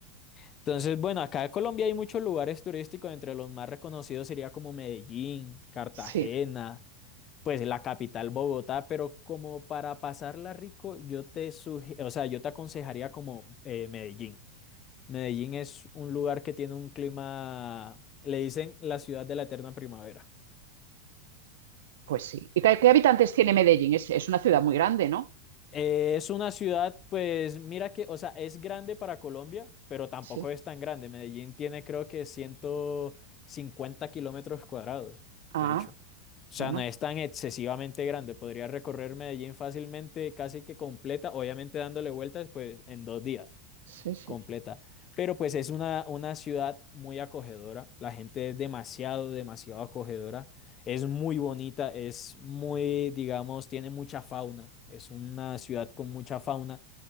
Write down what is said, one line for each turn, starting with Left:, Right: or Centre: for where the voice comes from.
Left: Entonces, bueno, acá en Colombia hay muchos lugares turísticos, entre los más reconocidos sería como Medellín, Cartagena,
Right: sí,
Left: pues la capital Bogotá, pero como para pasarla rico, yo te sugi- o sea, yo te aconsejaría como eh, Medellín. Medellín es un lugar que tiene un clima, le dicen la ciudad de la eterna primavera.
Right: pues sí. ¿Y qué, qué habitantes tiene Medellín? Es, es una ciudad muy grande, ¿no?
Left: Eh, es una ciudad, pues mira que, o sea, es grande para Colombia, pero tampoco
Right: Sí.
Left: es tan grande. Medellín tiene creo que ciento cincuenta kilómetros cuadrados,
Right: Ah,
Left: de hecho. O sea,
Right: Bueno,
Left: no es tan excesivamente grande. Podría recorrer Medellín fácilmente, casi que completa, obviamente dándole vueltas, pues en dos días
Right: sí, sí.
Left: completa. Pero pues es una, una ciudad muy acogedora, la gente es demasiado, demasiado acogedora, es muy bonita, es muy, digamos, tiene mucha fauna, es una ciudad con mucha fauna